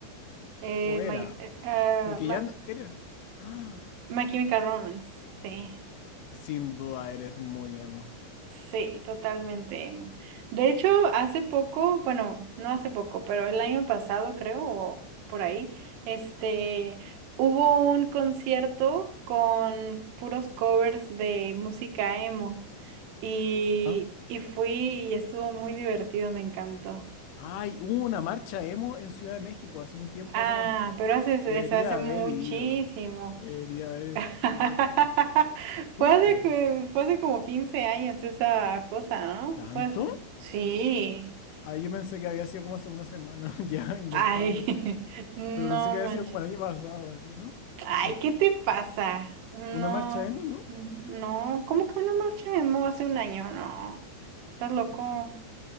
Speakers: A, on the right (about 90°); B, on the left (about 80°).
A: eh,
B: ¿O era?
A: My, eh, ah,
B: Porque
A: Ma-
B: ya no, eres... <gasps> ¡Ah!
A: My Chemical Romance, sí.
B: Sin duda eres muy emo.
A: Sí, totalmente, Emo. De hecho, hace poco, bueno, no hace poco, pero el año pasado creo, o por ahí, este, hubo un concierto con puros covers de música emo y,
B: ¿Ah?
A: y fui y estuvo muy divertido, me encantó.
B: Ay, hubo una marcha emo en Ciudad de México hace un tiempo
A: Ah,
B: atrás.
A: pero hace,
B: Debería
A: es- hace muchísimo.
B: haber ido. Debería haber,
A: <laughs>
B: haber ido. ¿Fuiste?
A: Fue hace, que- fue hace como 15 años esa cosa, ¿no?
B: ¿Tanto?
A: Fue hace... Sí.
B: Ah, yo pensé que había sido como hace una semana, <laughs> ya inventada,
A: Ay,
B: pero,
A: <laughs> no
B: pero pensé que
A: manches.
B: había sido como el año pasado, así, ¿no?
A: Ay,
B: Mentira.
A: ¿qué te pasa? No,
B: Una marcha emo, ¿no?
A: no, ¿cómo que una marcha emo hace un año? No, estás loco.
B: Ah.